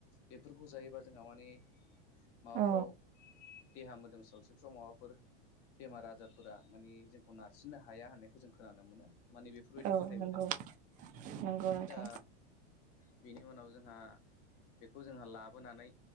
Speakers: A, on the left; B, on the right.
A: बेफोरखौ जायोबा जोंहा माने माबाफ्राव
B: औ
A: देहा मोदोम सावस्रिफ्राव माबा फोर बेमार आजारफोरा माने जोंखौ नार सिननो हाया होननायखौ जों खोनानो मोनो माने बेफोरबायदि
B: औ
A: फोथायबोदों
B: नंगौ नंगौ नोंथां
A: दा बेनि उनाव जोंहा बेखौ जोंहा लाबोनानै